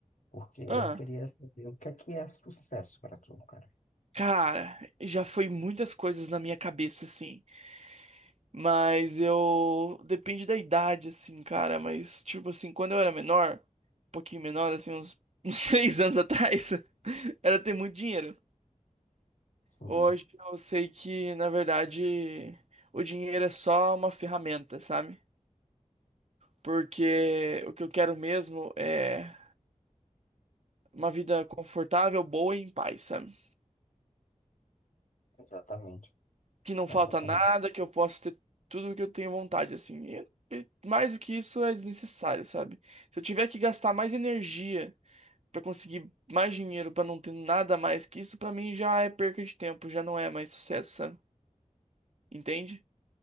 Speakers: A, on the left (about 75°); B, on the right (about 55°).
A: Porque eu
B: Ah,
A: queria saber o que é que é sucesso para tu, cara.
B: cara, já foi muitas coisas na minha cabeça, assim. Mas eu. Depende da idade, assim, cara. Mas, tipo, assim, quando eu era menor, um pouquinho menor, assim, uns, uns <laughs> três anos atrás, <laughs> era ter muito dinheiro.
A: Sim,
B: Hoje eu sei que, na verdade, o dinheiro é só uma ferramenta, sabe? Porque o que eu quero mesmo é uma vida confortável, boa e em paz, sabe?
A: exatamente.
B: Que não
A: Exatamente.
B: falta nada, que eu posso ter tudo o que eu tenho vontade, assim. E e mais do que isso é desnecessário, sabe? Se eu tiver que gastar mais energia pra conseguir mais dinheiro, pra não ter nada mais que isso, pra mim já é perca de tempo, já não é mais sucesso, sabe? Entende?